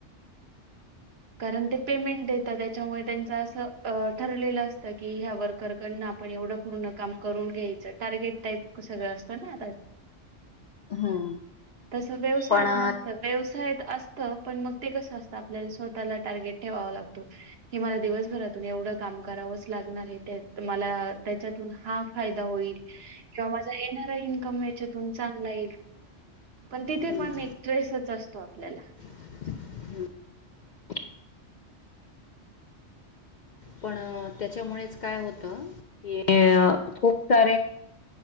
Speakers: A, on the right; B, on the left.
A: कारण ते पेमेंट देतात त्याच्यामुळे त्यांच असं ठरलेलं असतं की ह्या वर्करकडन आपण एवढं पूर्ण काम करून घ्यायचं टार्गेट टाईप सगळं असतं ना.
B: हम्म,
A: तस व्यवसायात
B: पण अ,
A: नसतं. व्यवसायात असतं पण मग ते कसं असतं आपल्याला स्वतःला टार्गेट ठेवावा लागतो. कि मला दिवसभरातून एवढं काम करावंच लागणार हे मला त्याच्यातून हा फायदा होईल किंवा माझा येणारा इन्कम याच्यातून चांगला येईल. पण तिथे
B: हम्म,
A: पण एक ट्रेसच असतो आपल्याला.
B: <inaudible> पण त्याच्यामुळेच काय होतं? हे खूप सारे